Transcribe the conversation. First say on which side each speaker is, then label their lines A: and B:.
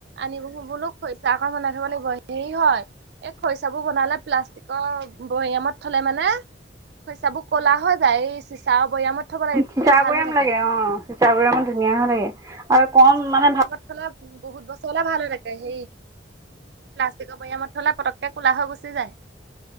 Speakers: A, on the right; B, on the right.
A: আনিব বোলো খৰিছা অকণ বনাই থব লাগিব। হেৰি হয়, এই খৰিছাবোৰ বনালে, প্লাষ্টিকৰ বৈয়ামত থলে মানে খৰিচাবোৰ ক'লা হৈ যায়। এই ছিছাৰ বৈয়ামত থ'ব লাগে তেতিয়া
B: ছিছাৰ
A: ভাল
B: বৈয়াম
A: হৈ থাকে।
B: লাগে, অ'। ছিছাৰ বৈয়ামত ধুনীয়া হয় থাকে। আৰু কম
A: চিচাৰ
B: মানে
A: বৈয়ামত
B: ভা
A: থ'লে বহুত বছৰ হলে ভাল থাকে হেৰি প্লা ষ্টিকৰ ভৈয়ামত থলে, পটককে ক'লা হৈ গুচি যায়।